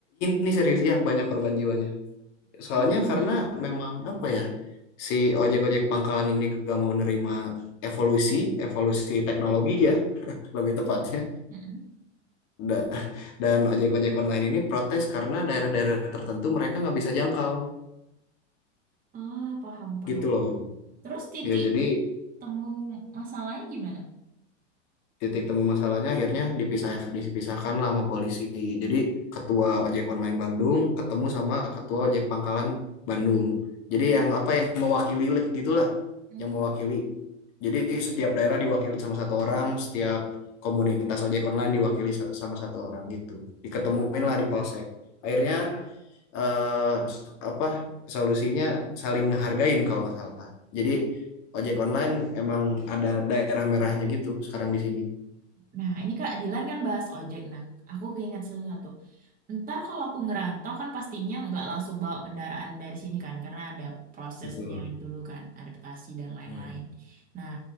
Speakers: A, on the left; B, on the right.
A: ini serius ya banyak korban jiwanya. Soalnya
B: Terus, terus gimana?
A: karena memang apa ya si ojek-ojek pangkalan ini gak mau nerima evolusi evolusi teknologi ya lebih tepatnya.
B: Mm-mm.
A: Da- Dan ojek-ojek online ini protes karena daerah-daerah tertentu mereka nggak bisa jangkau
B: Ah, paham, paham,
A: gitu
B: paham.
A: loh.
B: Terus titik
A: Ya jadi
B: temu masalahnya gimana?
A: titik temu masalahnya akhirnya dipisah dipisahkan lah sama polisi. Jadi ketua ojek online Bandung ketemu sama ketua ojek pangkalan Bandung. Jadi yang apa yang mewakili gitulah,
B: Hmm.
A: yang mewakili. Jadi setiap daerah diwakili sama satu orang, setiap komunitas ojek online diwakili sama satu orang gitu. Diketemuin lah di polsek. Akhirnya eh, apa solusinya saling ngehargain kalau nggak salah. Jadi ojek online emang ada daerah merahnya gitu sekarang di sini.
B: Nah, ini Kak Dilan kan bahas ojek. Nah, aku keinget sesuatu. Ntar kalau aku ngerantau kan pastinya nggak langsung bawa kendaraan dari sini kan, karena ada prosesnya
A: Betul.
B: dulu kan, adaptasi dan lain-lain.
A: Hmm.
B: Nah,